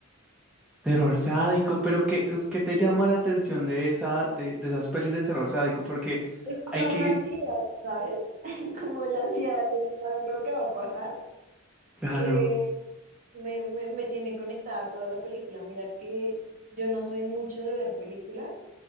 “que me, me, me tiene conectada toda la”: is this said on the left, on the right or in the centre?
Right